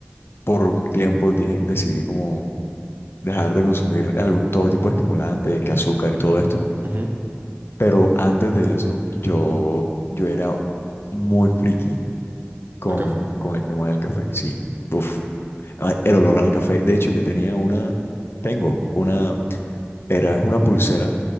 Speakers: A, on the left; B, on the right.
A: por un tiempo dije, decidí como dejar de consumir algún- todo tipo de estimulantes, que azúcar y todo esto.
B: Ujú.
A: Pero antes de eso, yo, yo era muy friki con,
B: El café.
A: con el tema del café. Sí, uf, ah, el olor al café. De hecho, yo tenía una, tengo una. Era una pulsera